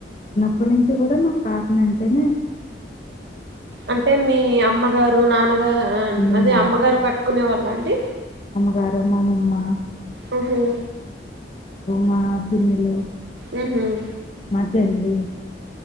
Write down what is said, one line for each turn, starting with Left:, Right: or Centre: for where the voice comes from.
Left: ఇప్పటి నుంచి కూడా నాకు కాటన అంటేనే
Right: అంటే మీ అమ్మగారు నాన్నగ ఆ
Left: హ్మ్.
Right: అదే అమ్మగారు కట్టుకునే వాళ్ళు అండి
Left: వరమమమ్మా
Right: ఓహో
Left: మా పిన్ని లు
Right: మ్మ్ హ్మ్
Left: చెల్లి